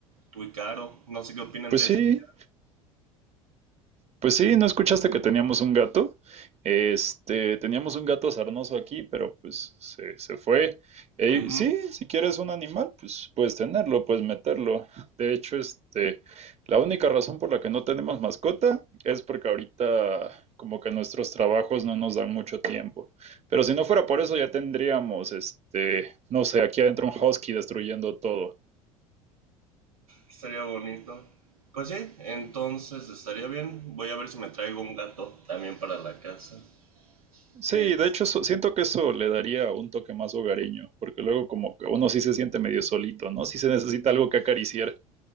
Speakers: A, on the right; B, on the right.
A: tú y Caro, no sé qué opinen
B: Pues
A: de
B: sí,
A: esa idea.
B: Pues sí, ¿no escuchaste que teníamos un gato? Este, teníamos un gato sarnoso aquí, pero pues se, se fue. Eh,
A: Ujú,
B: sí, si quieres un animal, pues puedes tenerlo, puedes meterlo. De hecho, este, la única razón por la que no tenemos mascota es porque ahorita como que nuestros trabajos no nos dan mucho tiempo. Pero si no fuera por eso, ya tendríamos, este, no sé, aquí adentro un husky destruyendo todo.
A: Estaría bonito. Pues sí, entonces estaría bien. Voy a ver si me traigo un gato también para la casa.
B: Sí,
A: Este,
B: de hecho eso- siento que eso le daría un toque más hogareño, porque luego como que uno sí se siente medio solito, ¿no? Sí se necesita algo que acariciar.